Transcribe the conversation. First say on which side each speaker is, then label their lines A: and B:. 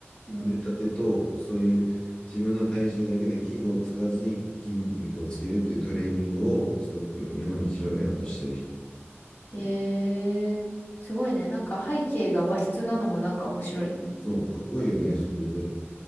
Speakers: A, on the left (about 50°); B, on the left (about 25°).
A: うん。
B: 腕立てと、そういう自分の体重だけで器具を使わずに筋肉をつけるっていうトレーニングをすごく日本に広めようとしてる人。
A: へえ、すごいね。なんか背景が和室なのもなんか面白いね。
B: そう、かっこいいよね、それで。